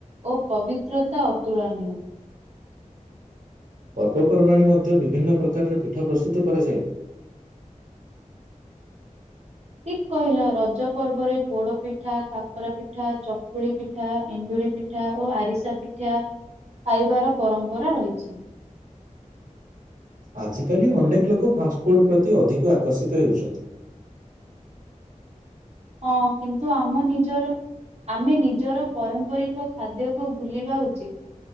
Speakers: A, on the right; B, on the right.
A: ଓ ପବିତ୍ରତା ଅତୁଳନୀୟ।
B: ପର୍ବପର୍ବାଣୀ ମଧ୍ୟ ବିଭିନ୍ନ ପ୍ରକାରର ପିଠା ପ୍ରସ୍ତୁତ କରାଯାଏ।
A: ଠିକ କହିଲ, ରଜ ପର୍ବରେ ପୋଡ ପିଠା, କାକରା ପିଠା, ଚକୁଳି ପି ଠା ଏଣ୍ଡୁରି ପିଠା ଓ ଆରିସା ପିଠା ଖାଇବାର ପରମ୍ପରା ରହିଛି।
B: ଆଜିକାଲି ଅନେକ ଲୋକ ଫାଷ୍ଟଫୁଡ୍ ପ୍ରତି ଅଧିକ ଆକର୍ଷିତ ହେଉଛନ୍ତି।
A: ହଁ କିନ୍ତୁ ଆମ ନିଜର ଆମେ ନିଜର ପରମ୍ପରିକ ଖାଦ୍ୟକୁ ଭୁଲିବା ଉଚିତ୍।